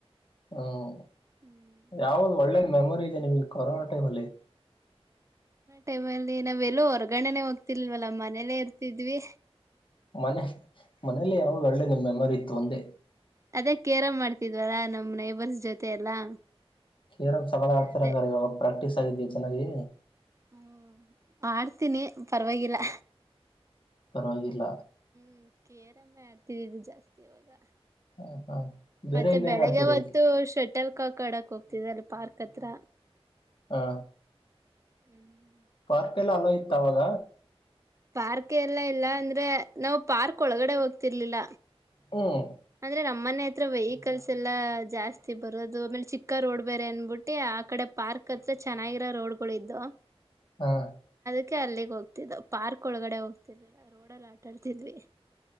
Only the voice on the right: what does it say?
ಹ್ಮ್
ಟೈಮ್ ಅಲ್ಲಿ ನಾವ್ ಎಲ್ಲೋ ಹೊರಗಡೆ ಹೊರ್ಗಣನೆ ಹೋಗ್ತಿಲ್ವಲ್ಲ ಮನೇಲೆೇ ಇರ್ತಿದ್ವಿ
ಅದೇ ಕೇರಂ ಆಡ್ತಿದ್ವಲ್ಲ ನಮ್ ನೈಬರ್ಸ್ ಜೊತೆ ಎಲ್ಲಾ
ಅದೇ
ಹ್ಮ ಮಾಡಡ್ತೀನಿ ಪರವಾಗಿವಾಗಿಲ್ಲ
ಹ್ಮ ಕೇರಮ್ಮೆ ಆಡ್ತಿದಿದ್ದು ಜಾಸ್ತಿ ಅವಾಗ
ಮತ್ತೆ
ಬೆಳಿಗ್ಗೆ
ಹೊತ್ತು ಶಟಲ್ ಕಾಕ್ ಆಡೋಕೆ ಹೋಗ್ <inaudible> ಪಾರ್ಕ್ ಅತ್ರ
ಹ್ಮ್
ಪಾರ್ಕ್ ಎಲ್ಲ ಇಲ್ಲ ಅಂದ್ರೆ ನಾವು ಪಾರ್ಕ್ ಒಳಗಡೆ ಹೋಗ್ತಿರ್ಲಿಲ್ಲ
ಅಂದ್ರೆ ನಮ್ಮನೆ ಹ ಹತ್ರ ವೆಹಿಕಲ್ಸ್ ಎಲ್ಲಾ ಜಾಸ್ತಿ ಬರೋದು ಆಮೇಲೆ ಚಿಕ್ಕ ರೋಡ್ ಬೇರೆ ಅನ್ಬಿಟ್ಟಿ ಆ ಕಡೆ ಪಾರ್ಕ್ ಹತ್ರ ಚೆನ್ನಾಗಿರೋ ರೋಡ್ಗಳು ಇದೋ
ಕ್ಕೆ ಅಲ್ಲಿಗೆ ಹೋಗ್ತಿದ್ದ ಪಾರ್ಕ್ ಒಳಗಡೆ ಹೋಗ್ತಿರಲಿಲ್ಲ ರೋಡಲ್ಲಿ ಆಟಾಡ್ತಿದ್ವಿ